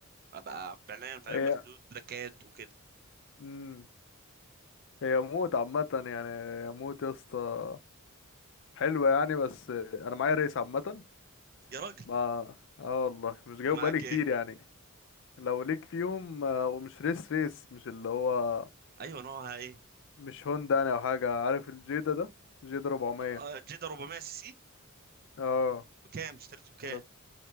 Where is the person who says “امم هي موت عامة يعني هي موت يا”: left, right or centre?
Left